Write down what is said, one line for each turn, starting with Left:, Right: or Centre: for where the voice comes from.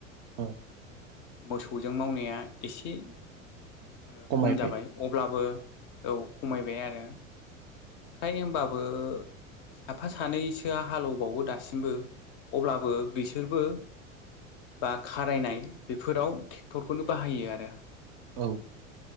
Right: औ
Left: मोसौजों मावनाया एसे खम
Right: खमायबाय
Left: जाबाय अब्लाबो औ खमायबाय आरो फ्रायनो होमबाबो साफा सानैसोआ हालेबावो दासिमबो अब्लाबो बिसोरबो बा खारायनाय बेफोराव ट्रेक्टरखौनो बाहायो आरो।
Right: औ